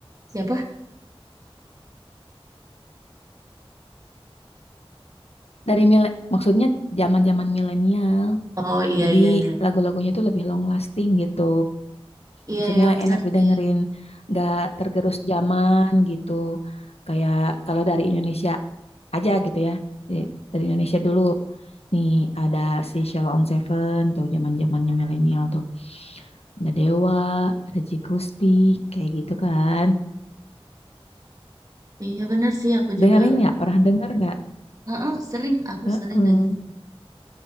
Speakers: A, on the right; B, on the left.
A: Siapa?
B: Dari mile- maksudnya zaman-zaman milenial.
A: Oh iya
B: Jadi
A: iya iya.
B: lagu-lagunya tuh lebih long lasting gitu.
A: Iya
B: Maksudnya
A: iya benar
B: enak didengerin,
A: sih.
B: nggak tergerus zaman gitu. Kayak kalau dari Indonesia aja gitu ya. Jadi, Dari Indonesia dulu. Nih ada si Sheila on Seven tuh zaman-zamannya milenial tuh. Ada Dewa, ada Ji Gusti, kayak gitu kan.
A: Iya benar sih aku juga.
B: Dengerin nggak? Pernah denger nggak?
A: Heeh, sering aku
B: Heeh.
A: sering denger.